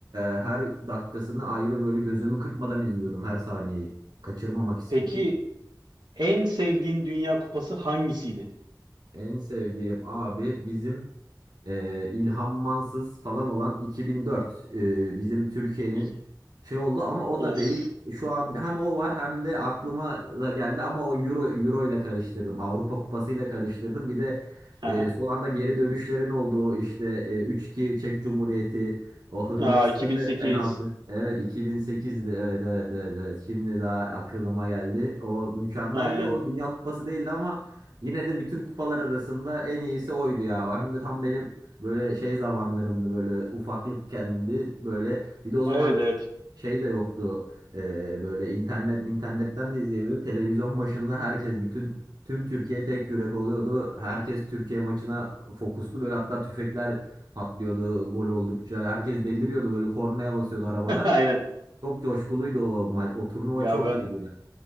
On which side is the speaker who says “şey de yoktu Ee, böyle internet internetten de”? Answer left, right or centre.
Right